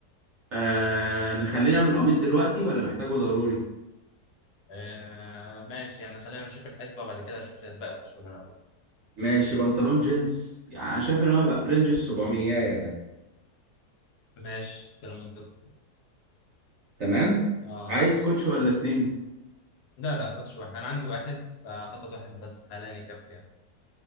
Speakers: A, on the right; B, on the left.
A: آه نخلينا من القميص دلوقتي ولا محتاجه ضروري
B: آه ماشي يعني خلينا نشوف الحسبة بعد كده اشوف هي هتبقى فلوس ولا لا
A: ماشي بنطلون جينز يعني انا شايف ان هو يبقى فرنج ال 700 يعني
B: ماشي كلام منطقي
A: تمام
B: اه
A: عايز كوتش ولا اتنين
B: لا لا كنتش واحد انا عندي واحد فاعتقد واحد بس حاليا يكفي يعني